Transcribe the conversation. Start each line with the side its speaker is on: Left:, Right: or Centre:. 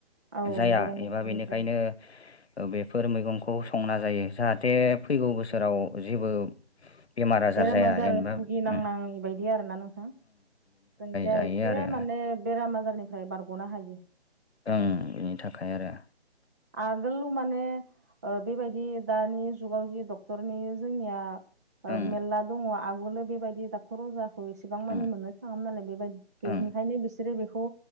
Right: औ
Left: जाया
Right: बेराम आजारनिफ्राय
Left: एबा बेनिखायनो ओ बेफोर मैगंखौ संना जायो। जाहाथे फैगौ बोसोराव जेबो बेमार आजार
Right: बेराम
Left: जाया जेनेबा
Right: भुगिनांनाङि
Left: उम
Right: बायदि <unintelligible> जों जाहैथे
Left: जायो आरो
Right: माने बेराम आजार निफ्राय बारग'नो हायो।
Left: ओं बेनि थाखाय आरो
Right: आम गोल माने ओ बेबायदि दानि जुगाव जि डक्टरनि जोंनिया ओ
Left: ओं
Right: मेरला दङ आगुलो बेबायदि डाक्टर अजा खौ एसेबां मानि
Left: ओं
Right: मोननो थाङामोन नालाय बेबाद बेनिखायनो
Left: ओं
Right: बिसोरो बेखौ